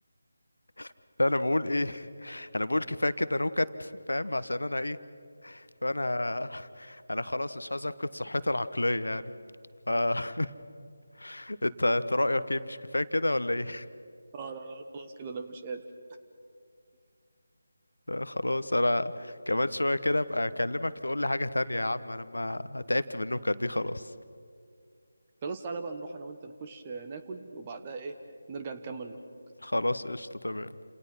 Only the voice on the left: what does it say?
<laughs> انا بقول ايه <laughs> انا بقول كفايه كده نكت فاهم عشان انا ايه فانا <laughs> انا خلاص مش عايز افقد صحتي العقليه يعني ف <laughs> انت انت رايك ايه مش كفايه كده ولا ايه
لا خلاص انا كمان شويه كده ابقى اكلمك تقول لي حاجه تانية يا عم انا ما تعبت من النكت دي خلاص
خلاص قشطه تمام